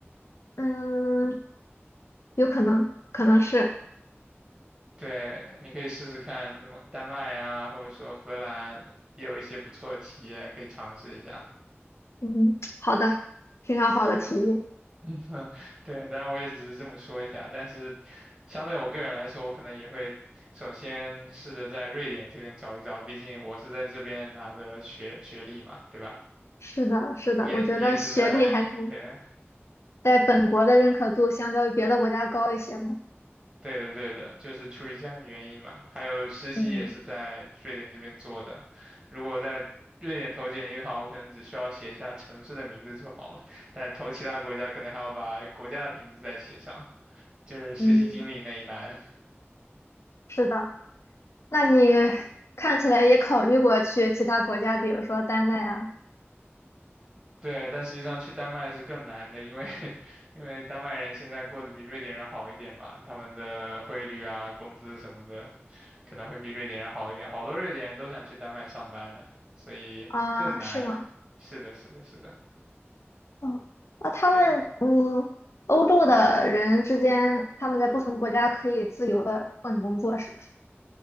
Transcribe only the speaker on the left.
嗯，有可能，可能是，
嗯，好的，非常好的提议。
是的，是的，
我觉得学历还是
在本国的认可度相较于别的国家高一些嘛。
嗯
嗯，是的。那你看起来也考虑过去其他国家，比如说丹麦啊？
啊，是吗？
嗯，那他们嗯，
欧洲的人之间，他们在不同国家可以自由的换工作，是不是？